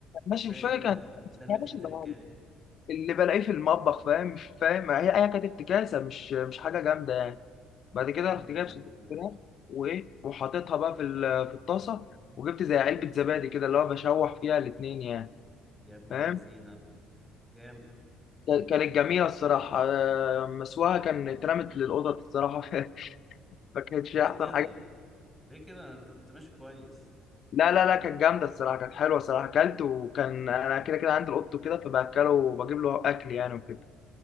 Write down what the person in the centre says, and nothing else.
تلاقي
ده
ال...
ده اللي
فيه
التركايه
طب
كمل
طيب
قول
يا ابن
اللذينه جامد
ليه
كده
ليه كده ده انت كنت ماشي كويس